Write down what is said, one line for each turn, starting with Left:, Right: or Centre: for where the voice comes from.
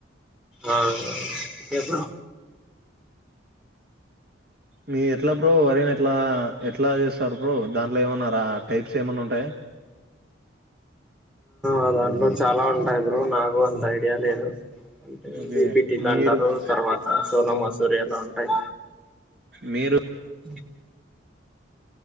Centre: అవున ఎప్పుడు బ్రో
Right: మీ ఎట్లా బ్రో వరినేట్లా ఎట్లా జెస్తారు బ్రో, దాంట్లో ఏమన్నా రా టైప్స్ ఏమన్నా ఉంటయా?
Centre: ఆ దాంట్లో చాలా ఉంటాయి బ్రో, నాకు అంత ఐడియా లేదు అంటే
Right: ఓకే
Centre: బీ పి టీ
Right: మీరు
Centre: లంటారు తర్వాత సోన మసూరి అలా ఉంటాయి.
Right: మీరు
Centre: బ